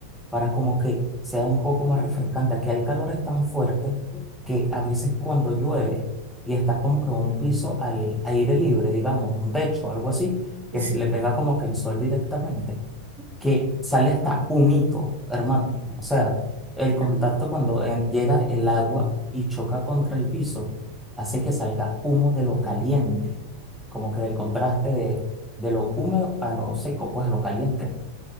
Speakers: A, in the centre; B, on the right.
A: para como que sea un poco más refrescante. Aquí el calor es tan fuerte que a veces cuando llueve y estás como que un piso al aire libre, digamos, un techo, algo así,
B: y
A: que
B: sí.
A: le pega como que el sol directamente, que sale hasta humito, hermano. O sea, el
B: vale.
A: contacto cuando en- llega el agua y choca contra el piso, hace que salga humo de lo caliente, como que del contraste de, de lo húmedo a lo seco, pues a lo caliente.